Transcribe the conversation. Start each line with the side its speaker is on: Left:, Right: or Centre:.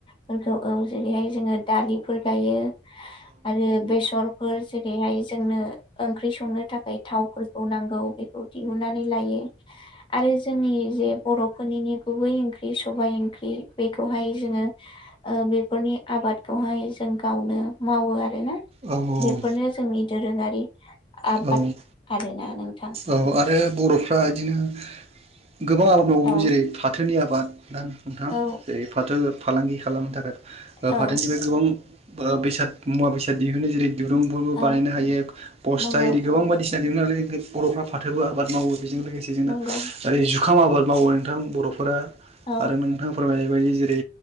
Left: फोरखौ। औ जेरैहाय जोङो दालिफोर गायो आरो बेसरफोर जेरै जेरैहाय जोंनो ओंख्रि संनो थाखाय थावफोरखौ नांगौ बेखौ दिहुननानै लायो। आरो जोंनि जे बर'फोरनिनो गुबै ओंख्रि सबाय ओंख्रि बेखौहाय जोङो ओ बेफोरनि आबादखौहाय जों गावनो मावो आरो ना।
Right: औ औ औ।
Left: बेफोरनो जोंनि दोरोङारि आबाद
Right: औ उम औ
Left: आरो ना नों
Right: औ आरो बर'फ्रा इदिनो गोबां आबाद मावो
Left: औ
Right: जेरै फाथोनि आबाद। दा नोंथा
Left: औ
Right: जेरै फाथो फालांगि खालामनो थाखाय ओ
Left: औ
Right: फाथोनिफ्राय गोबां बो बेसाद मुवा बेसाद दिहुनो जेरै दिरुंफोरबो
Left: औ
Right: बानायनो हायो बस्था
Left: नंगौ
Right: इदि गोबां बायदिसिना दिहुनो नालाय बर'फ्रा फाथोबो आबाद मावो। बेजों लोगोसे जोंना
Left: नंगौ
Right: ओरै जुखाम आबाद मावो नोंथां बर'फोरा
Left: औ
Right: आरो नोंथां फोरमायनाय बेबायदि जेरै